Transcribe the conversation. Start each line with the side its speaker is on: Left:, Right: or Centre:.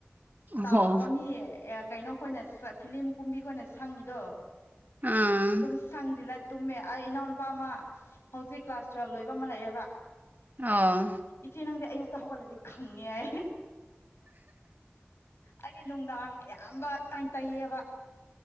Right: ꯑꯣ
Left: ꯆꯥꯎꯔ ꯃꯤ ꯀꯩꯅꯣꯈꯣꯏꯅ ꯐꯤꯂꯤꯝ ꯀꯨꯝꯕꯤꯈꯣꯏꯅ ꯁꯪꯉꯤꯗꯣ
Right: ꯎꯝ
Left: ꯑꯗꯨꯝ ꯁꯪꯖꯤꯜꯂ ꯇꯨꯝꯃꯦ ꯑꯩ ꯏꯅꯥꯎꯅꯨꯄꯥ ꯑꯃ ꯍꯧꯖꯤꯛ ꯀ꯭ꯂꯥꯁ ꯇꯨꯋꯦꯜ‌ ꯂꯣꯏꯕ ꯑꯃ ꯂꯩꯑꯦꯕ
Right: ꯑꯧ
Left: ꯏꯆꯦ ꯅꯪꯗꯤ ꯑꯌꯨꯛꯇ ꯍꯧꯒꯠꯂꯗꯤ ꯈꯪꯉꯦ‌‌ ꯍꯥꯏ ꯑꯩꯗꯤ ꯅꯨꯡꯗꯥꯡ ꯑꯌꯥꯝꯕ ꯑꯗꯨꯃꯥꯏꯅ ꯇꯩꯌꯦꯕ